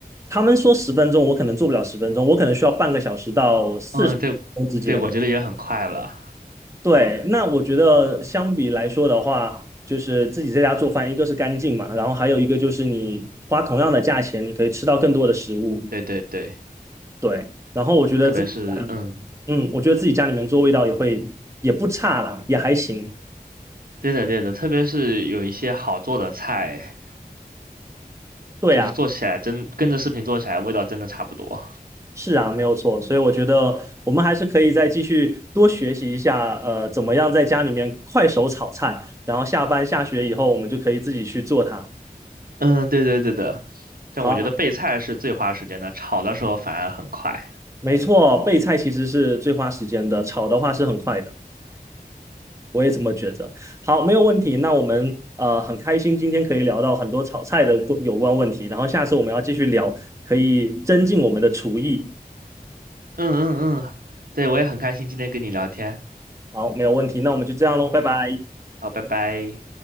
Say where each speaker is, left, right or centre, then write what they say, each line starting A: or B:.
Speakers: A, on the right (about 20°); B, on the right (about 65°).
A: 他们说十分钟，我可能做不了十分钟，我可能需要半个小时到四十分钟之间。
B: 嗯，对，对，我觉得也很快了。
A: 对，那我觉得相比来说的话，就是自己在家做饭，一个是干净嘛，然后还有一个就是你花同样的价钱，你可以吃到更多的食物。
B: 对对对，
A: 对，然后我觉得自己
B: 特别是嗯，
A: 嗯，我觉得自己家里面做味道也会也不差了，也还行。
B: 对的对的，特别是有一些好做的菜，
A: 对啊，
B: 就是做起来真跟着视频做起来味道真的差不多。
A: 是啊，没有错。所以我觉得我们还是可以再继续多学习一下，呃，怎么样在家里面快手炒菜，然后下班下学以后，我们就可以自己去做它。
B: 嗯，对对对的。但我觉得备菜是最花时间的，
A: 好啊
B: 炒的时候反而很快。
A: 没错，备菜其实是最花时间的，炒的话是很快的。我也这么觉得。好，没有问题。那我们呃很开心今天可以聊到很多炒菜的有关问题，然后下次我们要继续聊，可以增进我们的厨艺。
B: 嗯嗯嗯，对，我也很开心今天跟你聊天。
A: 好，没有问题。那我们就这样喽，拜拜。
B: 好，拜拜。